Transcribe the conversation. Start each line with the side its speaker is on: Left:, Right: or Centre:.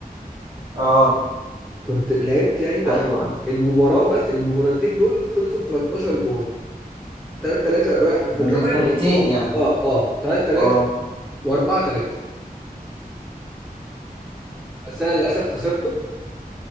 Right: اه
Centre: كنت لعبت يعني ده
Right: ايوه
Centre: المباراة بس المباراتين دول خلصوا ب 13 جون 3 3 رايح في
Right: ده
Centre: الرايح
Right: للفرقتين يعني
Centre: اه اه 3 3
Right: اه
Centre: و4 3 بس انا للاسف خسرته